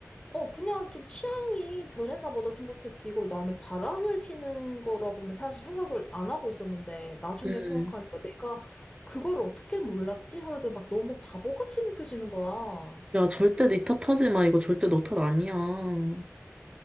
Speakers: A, on the left; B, on the right.
A: 어, 그냥 좀 취향이 변했나 보다 생각했지. 이걸 나는 바람을 피는 거라고는 사실 생각을 안 하고 있었는데, 나중에
B: 음,
A: 생각하니까 내가 그걸 어떻게 몰랐지? 하면서 막 너무 바보같이 느껴지는 거야.
B: 야, 절대 네 탓 하지 마. 이거 절대 너 탓 아니야. 응,